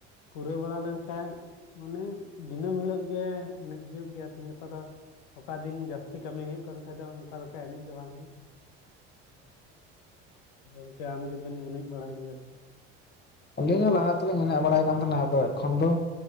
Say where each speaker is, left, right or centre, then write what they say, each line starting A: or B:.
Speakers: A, on the left; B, on the left.
A: ᱯᱩᱨᱟᱹᱣ ᱵᱟᱲᱟ ᱞᱮᱱᱠᱟᱱᱡ, ᱢᱟᱱᱮ ᱫᱤᱱᱟᱹᱢ ᱦᱤᱞᱳᱜ ᱜᱮ ᱮᱱᱮᱡ ᱦᱩᱭᱩᱜ ᱜᱮᱭᱟ ᱛᱤᱦᱤᱧ ᱜᱟᱯᱟ ᱫᱚ᱾ ᱚᱠᱟ ᱫᱤᱱ ᱡᱟᱹᱥᱛᱤ ᱠᱟᱹᱢᱤ ᱦᱩᱭᱩᱜ ᱠᱟᱱ ᱠᱷᱟ ᱫᱚ ᱚᱱᱠᱟ ᱞᱮᱠᱟ ᱮᱱᱮᱡ ᱫᱚ ᱵᱟᱝ ᱦᱩᱭᱩᱜ ᱜᱮᱭᱟ᱾ ᱟᱫᱚ ᱜᱚᱝᱠᱮ ᱟᱢ ᱜᱮᱵᱮᱢ ᱮᱱᱮᱡ ᱵᱟᱲᱟᱭ ᱜᱮᱭᱟ ᱛᱚ᱾
B: ᱟᱹᱞᱤᱧ ᱦᱚᱸ ᱞᱟᱦᱟ ᱛᱮᱞᱤᱧ ᱮᱱᱮᱡ ᱵᱟᱲᱟᱭ ᱠᱟᱱ ᱛᱟᱦᱮᱸᱱᱟ ᱟᱫᱚ ᱮᱠᱷᱚᱱ ᱫᱚ᱾